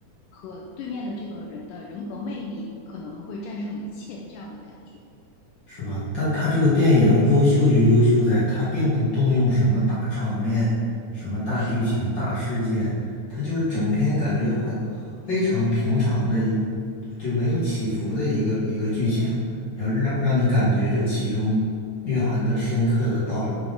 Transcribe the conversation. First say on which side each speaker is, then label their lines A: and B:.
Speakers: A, on the left; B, on the left.
A: 和对面的这个人的人格魅力可能会战胜一切这样的感觉。
B: 是吧？但他这个电影优秀就优秀在，他并不动用什么大场面、什么大剧情、
A: 是的，
B: 大事件，他就是整篇感觉很非常平常的一，就没有起伏的一个一个剧情，然后让让你感觉这其中蕴含的深刻的道理，